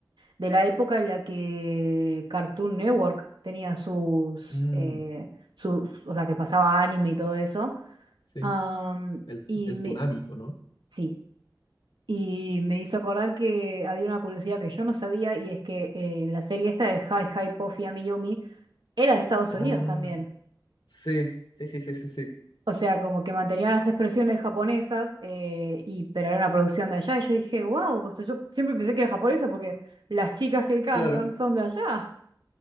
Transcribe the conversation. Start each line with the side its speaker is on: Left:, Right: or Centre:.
Right: de la época en la que Cartoon Network tenía sus,
Left: Mm,
Right: eh, sus, o sea, que pasaba anime y todo eso.
Left: sí,
Right: Am,
Left: el,
Right: y
Left: el
Right: me,
Left: Toonami, ¿o no?
Right: sí, y me hizo acordar que había una curiosidad que yo no sabía y es que eh, la serie esta de Hi Hi Puffy Ami Yumi era de Estados Unidos
Left: Ah,
Right: también.
Left: sí, sí, sí, sí, sí, sí,
Right: O sea, como que mantenía las expresiones japonesas, eh, y, pero era una producción de allá. Y yo dije, wow, o sea, yo siempre pensé que era japonesa porque las chicas que cantan
Left: claro,
Right: son de allá.